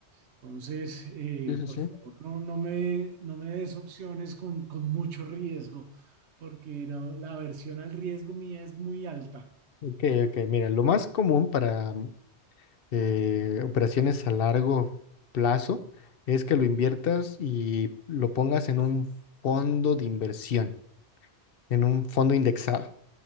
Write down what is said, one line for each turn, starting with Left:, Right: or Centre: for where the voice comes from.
Right: Entonces, eh,
Left: Sí, sí,
Right: por
Left: sí.
Right: favor, no, no me, no me des opciones con, con mucho riesgo, porque no- la aversión al riesgo mía es muy alta.
Left: Ok, ok, mira, lo más común para eh, operaciones a largo plazo es que lo inviertas y lo pongas en un fondo de inversión, en un fondo indexado.